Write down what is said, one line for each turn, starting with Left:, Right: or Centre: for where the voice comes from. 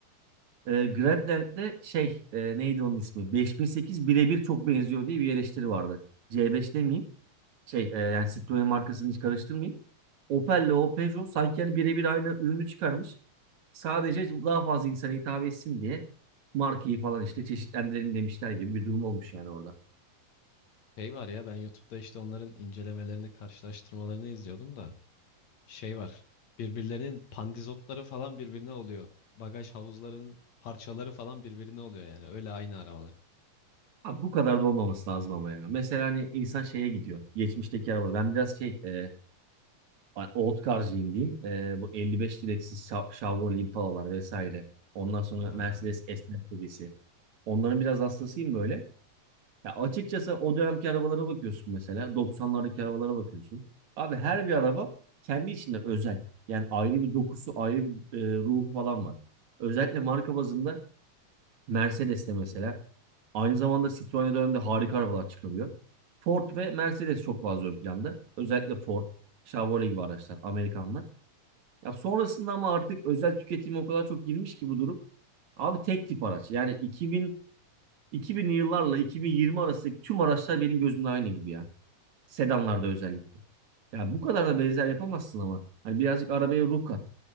Right: E, Grandland'de şey e, neydi onun ismi? 5008 birebir çok benziyor diye bir eleştiri vardı. C5 demeyeyim. şey e, yani Citroen markasını hiç karıştırmayayım. Opel'le o Peugeot sanki hani birebir aynı ürünü çıkarmış. Sadece daha fazla insana hitap etsin diye markayı falan işte çeşitlendirelim demişler gibi bir durum olmuş yani orada.
Left: Şey var ya ben YouTube'da işte onların incelemelerini, karşılaştırmalarını izliyordum da şey var. Birbirlerinin pandizotları falan birbirine oluyor. Bagaj havuzlarının parçaları falan birbirine oluyor yani. Öyle aynı arabalar.
Right: Abi bu kadar da olmaması lazım ama yani. Mesela hani insan şeye gidiyor. Geçmişteki arabada. Ben biraz şey e, old car'cıyım diyeyim. E, bu 55 direksiz Cha- Chevrolet Impala'lar vesaire. Ondan sonra
Left: Aa.
Right: Mercedes S-Max serisi. Onların biraz hastasıyım böyle. Ya açıkçası o dönemki arabalara bakıyorsun mesela. 90'lardaki arabalara bakıyorsun. Abi her bir araba kendi içinde özel. Yani ayrı bir dokusu, ayrı bir e, ruhu falan var. Özellikle marka bazında Mercedes'te mesela. Aynı zamanda Citroen döneminde harika arabalar çıkarıyor. Ford ve Mercedes çok fazla ön planda. Özellikle Ford, Chevrolet gibi araçlar, Amerikanlar. Ya sonrasında ama artık özel tüketime o kadar çok girmiş ki bu durum. Abi tek tip araç. Yani 2000'li yıllarla 2020 arasındaki tüm araçlar benim gözümde aynı gibi ya. Sedanlarda özellikle. Ya bu kadar da benzer yapamazsın ama. Hani birazcık arabaya ruh kat.